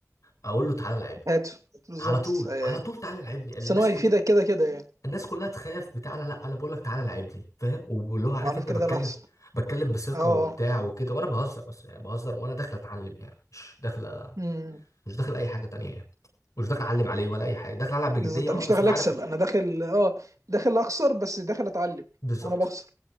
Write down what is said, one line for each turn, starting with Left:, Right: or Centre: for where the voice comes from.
Left: اقول له تعالى لعبني
Right: هاته بالظبط
Left: على طول
Right: ايوه
Left: على
Right: ايوه
Left: طول تعالى لعبني الناس
Right: بس إن هو هيفيدك
Left: كلها
Right: كده كده يعني
Left: الناس كلها تخاف بتاع لا لا انا بقول لك تعالى لعب لي فاهم واللي هو عارف
Right: وعلى
Left: انت
Right: فكره
Left: بتكلم
Right: ده الاحسن
Left: بتكلم بثقه
Right: اه
Left: وبتاع
Right: اه
Left: وكده وانا بهزر بس يعني بهزر وانا داخل اتعلم يعني مش داخل
Right: مم.
Left: مش داخل اي حاجه تانية يعني مش داخل اعلم عليه ولا اي حاجه داخل العب بجديه
Right: بالظبط
Left: اه
Right: انا مش
Left: بس
Right: داخل
Left: انا
Right: اكسب
Left: عارف
Right: انا داخل اه داخل اخسر بس داخل اتعلم
Left: بالظبط
Right: وانا بخسر